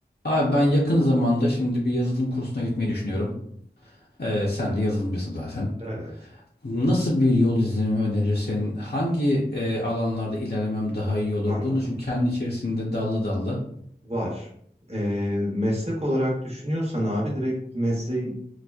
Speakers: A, on the left; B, on the right.
A: Abi ben yakın zamanda şimdi bir yazılım kursuna gitmeyi düşünüyorum. Ee, sen de yazılımcısın zaten.
B: Evet,
A: Nasıl bir yol izlememi önerirsin? Hangi e, alanlarda ilerlemem daha iyi olur?
B: anladım.
A: Bunun için kendi içerisinde dallı dallı.
B: Var. Ee, meslek olarak düşünüyorsan abi direkt mesleğin